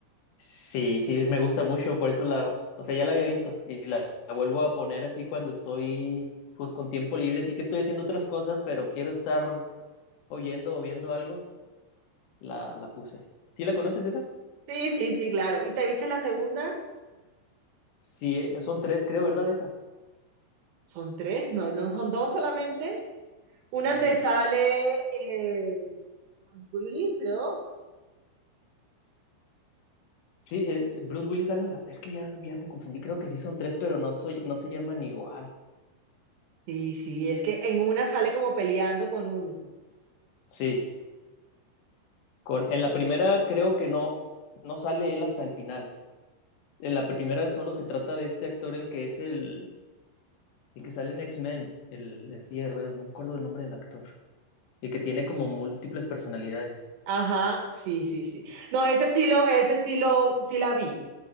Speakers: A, on the left; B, on the right.
A: sí, sí, me gusta mucho, por eso la, o sea, ya la había visto y la, la vuelvo a poner así cuando estoy, pues con tiempo libre, así que estoy haciendo otras cosas, pero quiero estar oyendo o viendo algo, la, la puse. ¿Sí la conoces esa?
B: Sí, sí, sí, claro. ¿Y te viste la segunda?
A: Sí, eh, son tres, creo, ¿verdad? Esa.
B: Son tres, no, no son dos solamente. Una
A: A
B: donde
A: ver,
B: sale eh, Bruce Willis, creo.
A: sí, eh, Bruce Willis salen las, es que ya, ya me confundí, creo que sí son tres, pero no soy, no se llaman igual.
B: Sí, sí, es que en una sale como peleando con uno.
A: Sí, con, en la primera creo que no, no sale él hasta el final. En la primera solo se trata de este actor, el que es el, el que sale en X-Men, el, el silla de ruedas, no me acuerdo el nombre del actor. El que tiene como múltiples personalidades.
B: Ajá, sí, sí, sí. No, ese sí lo, ese sí lo, sí la vi.